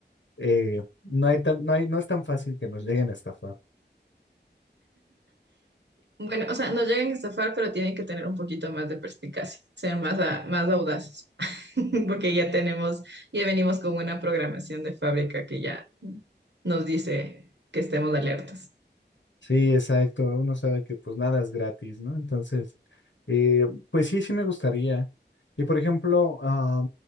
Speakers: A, on the left (about 85°); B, on the right (about 70°).
A: eh, no hay tan, no hay, no es tan fácil que nos lleguen a estafar.
B: Bueno, o sea, no llegan a estafar, pero tienen que tener un poquito más de perspicacia, ser más, a- más audaces, <laughs> porque ya tenemos, ya venimos con una programación de fábrica que ya nos dice que estemos alertas.
A: Sí, exacto. Uno sabe que pues nada es gratis, ¿no? Entonces, eh, pues sí, sí me gustaría. Y por ejemplo, ah,